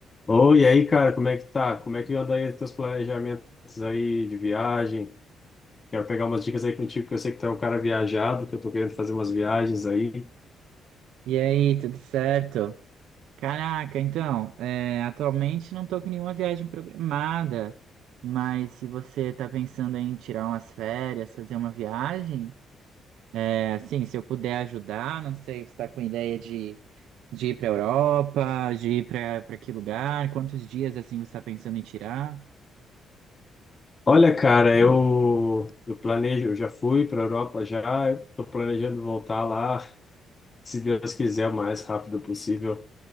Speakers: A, on the left (about 30°); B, on the right (about 80°).
A: Ô, e aí, cara, como é que tá? Como é que anda aí os teus planejamentos aí de viagem? Quero pegar umas dicas aí contigo, que eu sei que tu é um cara viajado, que eu tô querendo fazer umas viagens aí.
B: E aí, tudo certo? Caraca, então, é, atualmente não tô com nenhuma viagem programada, mas se você tá pensando em tirar umas férias, fazer uma viagem, é, assim, se eu puder ajudar, não sei, você tá com ideia de, de ir pra Europa, de ir pra, pra que lugar, quantos dias, assim, você tá pensando em tirar?
A: Olha, cara, eu, eu planejo, eu já fui pra Europa já, eu tô planejando voltar lá, se Deus quiser, o mais rápido possível.